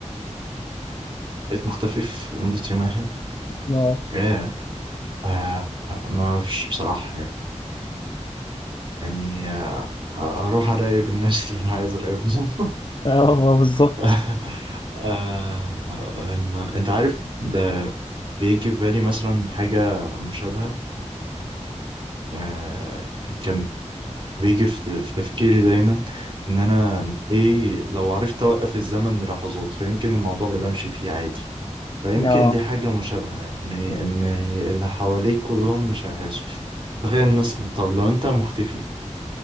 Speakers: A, on the right (about 40°); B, on the left (about 40°).
A: بقيت مختفي في لمدة يوم واحد
B: أه
A: ايه آه ما فيش بصراحة يعني آه، اروح اراقب الناس اللي انا عايز اراقبهم
B: أه بالظبط
A: <laughs> آه، آه، انت عارف ده بيجي في بالي مثلا حاجة مشابهة آه، كان بيجي في في تفكيري دايما ان انا ايه لو عرفت اوقف الزمن للحظات فيمكن الموضوع اللي بمشي فيه عادي فيمكن
B: أه
A: دي حاجة مشابهة يعني ان اللي حواليك كلهم مش هيعيشوا تخيل مثلا طب لو انت مختفي